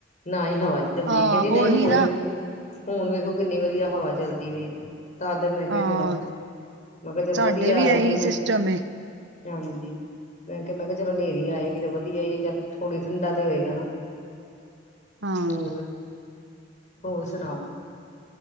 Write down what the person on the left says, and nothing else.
ਨਾ ਈ ਹਵਾ ਚੱਲਦੀ
ਕਹਿੰਦੀ ਨਹੀਂ
ਹੁਣ-
ਹੁਣ ਵੇਖੋ ਕਿੰਨੀ ਵਧੀਆ ਹਵਾ ਚੱਲਦੀ ਪਈ ਐ। ਤਦ ਮੈਂ ਕਿਹਾ
ਚਲੋ, ਮੈਂ ਕਿਹਾ ਚਲੋ
ਵਧੀਆ
ਆਏਗੀ
ਨੇ
ਹਾਂਜੀ, ਮੈਂ ਕਿਹਾ ਮੈਂ ਕਿਹਾ ਚਲੋ ਨੇਰੀ ਆਏਗੀ ਤੇ ਵਧੀਆ ਈ ਐ ਚੱਲ ਥੋੜ੍ਹੀ ਠੰਡਾ ਤੇ ਹੋਏਗਾ ਨਾ,
ਹੋਰ ਹੋਰ ਸੁਣਾਓ।